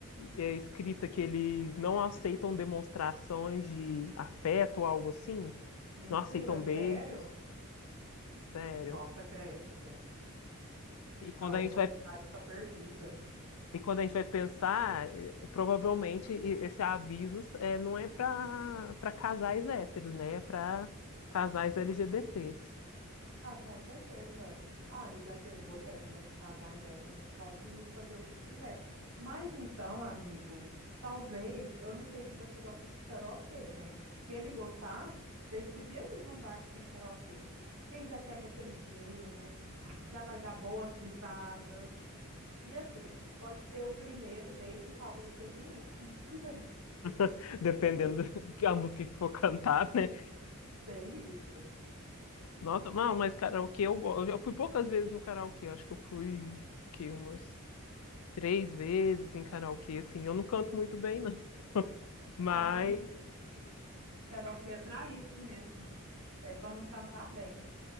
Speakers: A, on the left; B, on the right.
A: é, escrita que eles não aceitam demonstrações de afeto ou algo assim?
B: Mentira,
A: Não aceitam beijos?
B: sério?
A: Sério.
B: Nossa, credo, gente.
A: E quando
B: A humanidade
A: a gente vai
B: está perdida.
A: E quando a gente vai pensar, eh, provavelmente e- esse aviso eh, não é para para casais héteros, né? É para casais LGBTs.
B: Ah, com certeza. Ah, amiga, aquele rolê, né? Casais héteros pode fazer o que quiser. Mas então, amigo, talvez, eu não sei se você gosta de karaokê, né? Se ele gostar, vocês podiam ir num bar que tem karaokê. Que aí já quebra aquele gelo, já vai dar boas risadas. E assim, pode ser o primeiro date e talvez seja o último também. <laughs>
A: <laughs> Dependendo
B: Tem isso.
A: da música que for cantar, né?
B: Tem isso.
A: Nossa, não, mas karaokê eu gosto. Eu fui poucas vezes no karaokê. eu Acho que eu fui, que umas três vezes em karaokê, assim. Eu não canto muito bem, não. Mas,
B: Ah, amigo, karaokê é pra isso mesmo. É pra não cantar bem.